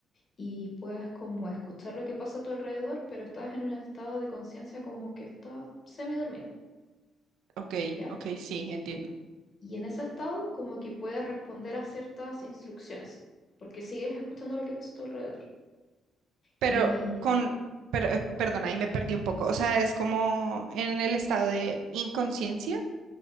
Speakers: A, on the left; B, on the right.
A: Y puedes como escuchar lo que pasa a tu alrededor, pero estás en un estado de conciencia como que estás semidormido,
B: ok,
A: ¿ya?
B: ok, sí, entiendo.
A: Y en ese estado como que puedes responder a ciertas instrucciones, porque sigues escuchando lo que pasa a tu alrededor.
B: Pero
A: Y
B: con, pero, eh, perdona,
A: bueno,
B: ahí me perdí un poco. O sea, es como en el estado de inconsciencia.